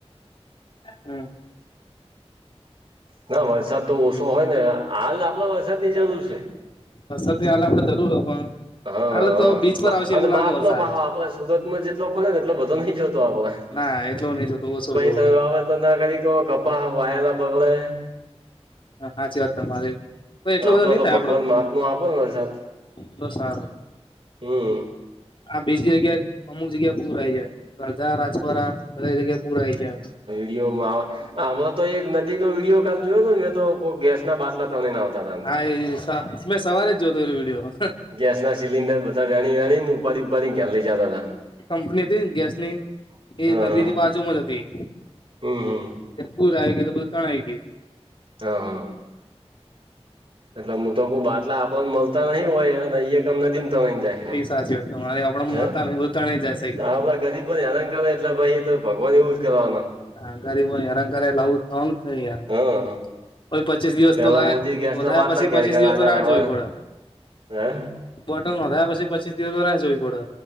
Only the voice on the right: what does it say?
ના વરસાદ તો ઓછો હોયને હાલ આપલે વરસાદની જરૂર છે.
હા
અને
માપનો
પાહો આપડે સુરતમાં જેટલો પડેને એટલો બધો નઈ જતો આપડે
ત વાવે તો ના કરી ક કપાહ વાયેલા બગલે
આપડે
તો
ભગવાન માપનો આપો ને વરસાદ
હમ.
દીઓમા હમણાં એક નદીનો વિડીયો કાલ જોયો હતો ને મે તો કોઈ ગેસ ના બાટલા તણાઈને આવતા હતા અંદર
ગેસના સિલિન્ડર બધા વેણી, વેણીને ઉપાડી, ઉપાડીને ઘરે લઈ જતા હતા.
હા
હા
હમ હમ.
હા હા. એટલે હું તો કો બાટલા આપણને મળતા નહીિ હોયહી કમ નથીને ત્રય ને જાર.
હે
આપડા ગરીબોને આરાન કરે એટલે ભાઈ એ તો ભગવાન એવું જ કરવાનું.
હા
પેલા
મોદી ગેસ
ના બાટલા
ઘેર
ઘેર
આલ્યા
ને હવે
હે